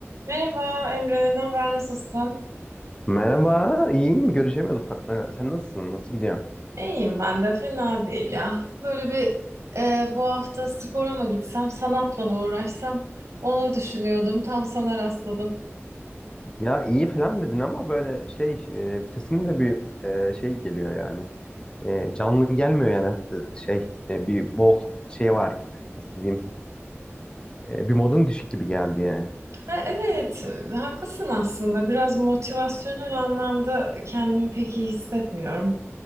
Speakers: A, on the right; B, on the left.
A: Merhaba Emre, ne haber, nasılsın?
B: Merhaba, iyiyim. Görüşemiyorduk. Ha, e, Sen nasılsın? Nasıl gidiyor?
A: İyiyim ben de, fena değil ya. Böyle bir e, bu hafta spora mı gitsem, sanatla mı uğraşsam onu düşünüyordum, tam sana rastladım.
B: Ya iyi falan dedin ama böyle şey, e, sesin de bir e, şey geliyor yani. E, canlı gelmiyor yani E, şey, e, bir bol şey var gibi. Nasıl diyeyim? E, bir modun düşük gibi geldi yani.
A: Ha, evet, e, haklısın aslında. Biraz motivasyonel anlamda kendimi pek iyi hissetmiyorum.